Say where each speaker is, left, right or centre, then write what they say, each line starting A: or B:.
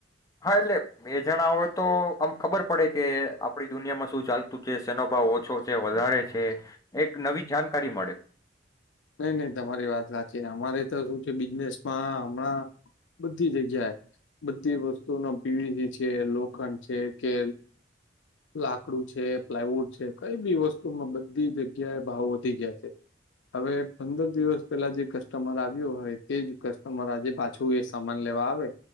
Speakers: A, on the left; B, on the left.
A: હા! એટલે બે જણા હોય તો આમ ખબર પડે કે, આપડી દુનિયામાં શું ચાલતું છે? શેનો ભાવ ઓછો છે? વધારે છે? એક નવી જાનકારી મળે.
B: નઈ નઈ! તમારી વાત હાચી. અમારે તો શું છે બિઝનેસમાં હમણાં બધી જગ્યાએ બધી વસ્તુનો પીવીસી છે, લોખંડ છે, કે લાકડું છે, પ્લાયવુડ છે, કઈ બી વસ્તુમાં બધી જગ્યાએ ભાવ વધી ગીયા છે. હવે પંદર દિવસ પહેલા જે કસ્ટમર આવ્યો હોય તે જ કસ્ટમર આજે પાછું એ સામાન લેવા આવે